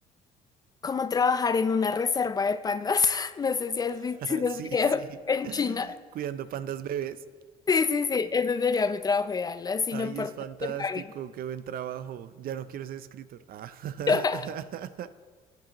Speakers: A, on the left; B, on the right.
A: como trabajar en una reserva de pandas. <laughs> No sé si has visto
B: <laughs>
A: los
B: Sí,
A: videos
B: sí.
A: en China.
B: Cuidando pandas bebés.
A: Sí, sí, sí, ese sería mi trabajo ideal, así
B: Ay,
A: no importa
B: es fantástico,
A: que paguen.
B: qué buen trabajo. Ya no quiero ser escritor. Ah. <laughs>
A: <laughs>